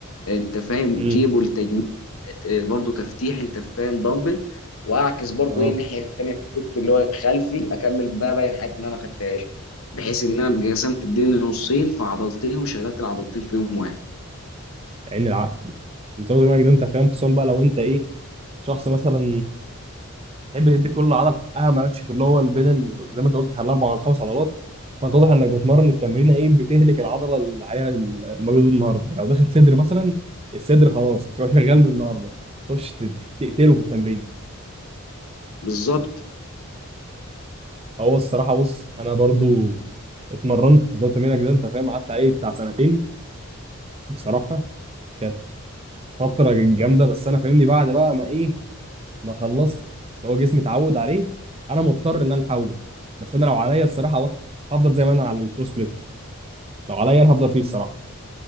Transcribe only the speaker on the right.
امم
اه
عين العقل نظام دماغك ده انت فاهم خصوصا بقى لو انت ايه شخص مثلا تحب تدي كل عضله حقها مالكش في اللي هو بين ال... زي ما انت قلت الاربع ولا الخمس عضلات فانت واضح انك بتتمرن التمرينه ايه بتهلك العضله اللي عليها ال- المجهود النهارده يعني لو داخل صدر مثلا الصدر خلاص مش هو شغال من النهارده خش ت- تقتله في التمرين
هو الصراحه بص انا برضو اتمرنت نظام تمرينك ده انت فاهم قعدت عليه بتاع سنتين بصراحه كانت فتره جامده بس انا فاهمني بعد بقى ما ايه ما خلصت اللي هو جسمي اتعود عليه انا مضطر ان انا احول بس انا لو عليا الصراحه هو- هفضل زي ما انا على البرو سبليت لو عليا انا هفضل فيه الصراحه